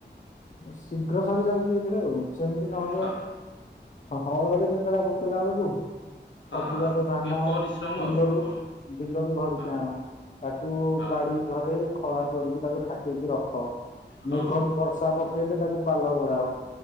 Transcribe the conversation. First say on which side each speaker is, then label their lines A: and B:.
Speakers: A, on the left; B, on the left.
A: ଶୀଘ୍ର ସରି ଯାଉଛି ଏଥିରେ ସେମିତି ନହେଲେ
B: ହଁ
A: ହଳରେ ବେଙ୍ଗେଳା ପକେଇଲା ବେଳକୁ
B: ହଁ
A: ସବୁ ଯାକ ଧାନ
B: ଟିକେ ପରିଶ୍ରମ
A: ବିଲରୁ
B: ଆଉ ହଁ।
A: ବିଲରୁ ଧରିକି
B: ହଁ
A: ଆଣ ତାକୁ
B: ହଁ
A: ବାଡି ଘରେ ଖଳା କରିକି ତାକୁ ଥାକେଇିକି ରଖ
B: ହଁ
A: ମେଘ ବର୍ଷା ପ କେବେ ତାକୁ ପାଲ ଘୋଡ଼ାଅ।